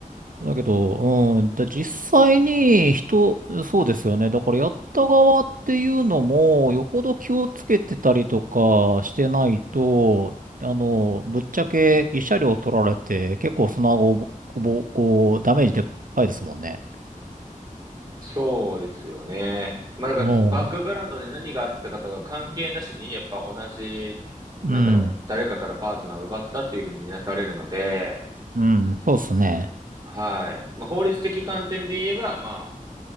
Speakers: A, on the right; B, on the right.
A: だけど、うん、で、実際に人、そうですよね。だからやった側っていうのも、よほど気をつけてたりとかしてないと、あの、ぶっちゃけ一車両取られて、結構その後、ぼぼこう、ダメージでかいですもんね。
B: そうですよね。まあ、だから、
A: おう。
B: バックグラウンドで何があったかとか関係なしに、やっぱ同じ、
A: うん。
B: なんだろう、誰かからパートナーを奪ったっていうふうに見なされるので、
A: うん。そうっすね。
B: うんはい。まあ、法律的観点で言えば、ま